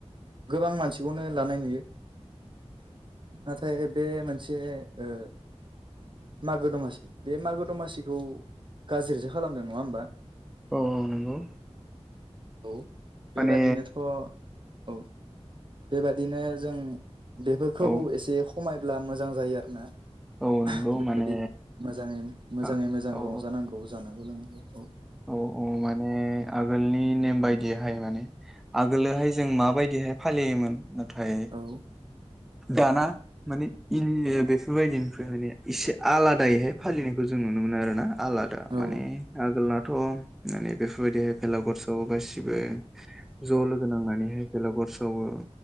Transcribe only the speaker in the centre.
औ औ नंगौ।
माने
औ
औ नंगौ
माने
औ
औ
औ औ माने आगोलनि नेम बायदिहाय माने। आगोलोहाय जों माबायदिहाय फालियोमोन नाथाय
दाना माने इ बेफोरबायदिनिफ्राय माने इसे आलादायैहाय फालिनायखौ जों नुनो मोनो आरो ना आलादा
माने आगोलना थ' माने बेफोरबायदिहाय भेलागुर सा खौ गासिबो ज' लोगो नांनानैहाय बेलागुर सावो